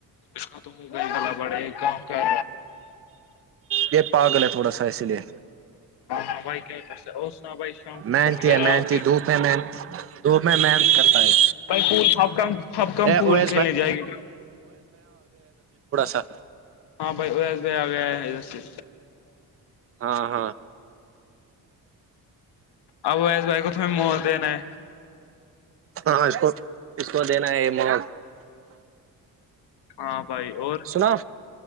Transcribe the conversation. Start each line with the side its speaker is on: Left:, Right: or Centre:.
Left: اس کا تو ہوگا ہی گلا بڑے کہاں کر
Right: یہ پاگل ہے تھوڑا سا اس لیے
Left: ہاں بھائی کیا کر سک اور سنا بھائی شام کو
Right: محنتی
Left: پول کھیلنے
Right: ہے محنتی
Left: آؤ گے
Right: د محنت دو میں محنت کرتا ہے
Left: ب پول سب کم اب کم
Right: تھوڑا
Left: پول کھیلنے جائے گے
Right: سا
Left: ہاں بھائی ا ایس بی آ گیا سے
Right: ہاں ہاں
Left: ابو ایس بھائی کو تمہیں موت دینا ہے
Right: ہاں اس کو اس کو دینا ہے مک
Left: ہاں بھائی اور
Right: سنا